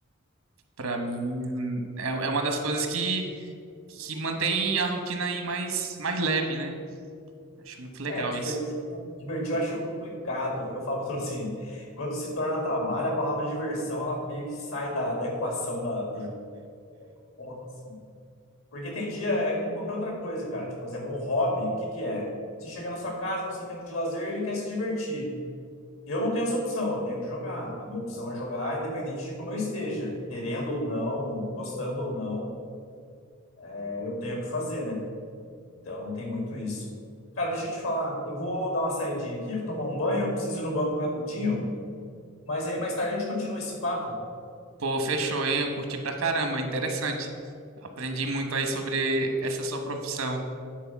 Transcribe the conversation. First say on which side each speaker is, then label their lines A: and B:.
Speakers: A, on the right; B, on the left.
A: para mim é, é uma das coisas que, que mantém a rotina aí mais, mais leve, né? Acho muito legal
B: É, divertir,
A: isso.
B: divertir eu acho complicado. Eu falo <laughs> assim, quando se torna trabalho, a palavra diversão, ela meio que sai da, da equação da, do jogo, assim. Porque tem dia, é como qualquer outra coisa, cara. Tipo, por exemplo, um hobby, o que que é? Você chega na sua casa, no seu tempo de lazer e quer se divertir. Eu não tenho essa opção, eu tenho que jogar. A minha opção é jogar independente de como eu esteja, querendo ou não, gostando ou não, é, eu tenho que fazer, né? Então tem muito isso. Cara, deixa eu te falar. Eu vou dar uma saidinha aqui, vou tomar um banho, preciso ir no banco rapidinho. Mas aí mais tarde a gente continua esse papo.
A: Pô, fechou, hein? Eu curti pra caramba, interessante. Aprendi muito aí sobre essa sua profissão.